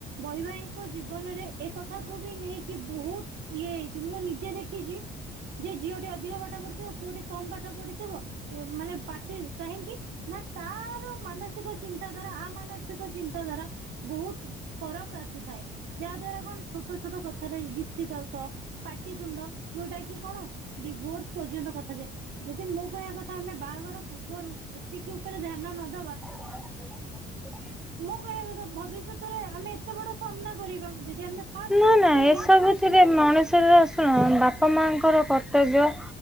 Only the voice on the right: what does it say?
ବୈବାହିକ ଜୀବନରେ ଏ କଥାକୁ ବି ନେଇକି ବହୁତ ଇଏ ମୁଁ ନିଜେ ଦେଖିଛି ଯେ ଝିଅଟି ଅଧିକ ପାଠ ପଢିଥିବ ପୁଅଟି କମ୍ ପାଠ ପଢି- ଥିବ ମାନେ ପାଟି କାହିଁକି ନା ତାର ମାନସିକ ଚିନ୍ତାଧାରା ଆମାନସିକ ଚିନ୍ତାଧାରା ବହୁତ ଫରକ ଆସିଥାଏ। ଯାହା ଦ୍ଵାରା କଣ ଛୋଟ ଛୋଟ କଥାରେ ଯୁକ୍ତି ତର୍କ ପାଟିତୁଣ୍ଡ ଯୋଉଟା କି କଣ ଡିଭୋର୍ସ ପର୍ଯ୍ୟନ୍ତ କଥା ଯାଏ। ଯଦି ମୁଁ କହିବା କଥା ଆମେ ବାହାଘର ପୂର୍ବରୁ ଏତିକି ଉପରେ ଧ୍ୟାନ ନ ଦେବା
ମୁଁ କହିବା କଥା ଭବିଷ୍ୟତରେ ଆମେ ଏତେ ବଡ ସାମ୍ନା କରିବା ଯଦି ଆମେ ଫାଷ୍ଟରୁ
ଏତିକି
ଇଏ